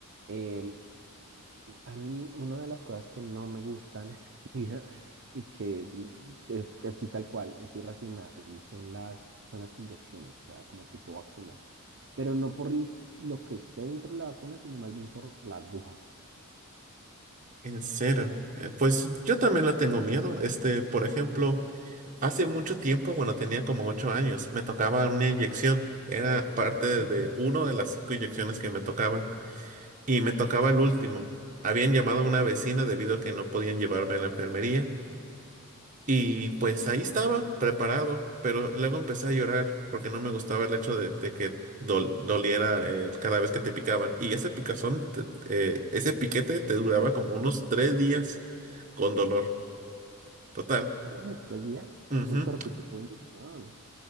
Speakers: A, on the right; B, on the right.
A: Em, A mí una de las cosas que no me gusta en esta <laughs> vida y que mm, es así tal cual, es irracional, son las, son las inyecciones, o sea, como tipo vacunas. Pero no por el- lo que esté dentro de la vacuna, sino más bien por la aguja.
B: En serio, eh, pues yo también le tengo miedo. Este, por ejemplo, hace mucho tiempo, bueno, tenía como ocho años, me tocaba una inyección. Era parte
A: Ujú.
B: de uno de las cinco inyecciones que me tocaban y me tocaba el último. Habían llamado a una vecina debido a que no podían llevarme a la enfermería Y pues ahí estaba, preparado, pero luego empecé a llorar porque no me gustaba el hecho de, de que dol- doliera eh, cada vez que te picaban. Y ese picazón, te- eh, ese piquete te duraba como unos tres días con dolor. Total.
A: Eh, tres días.
B: ujú,
A: Uy, pero qué tipo de inyección.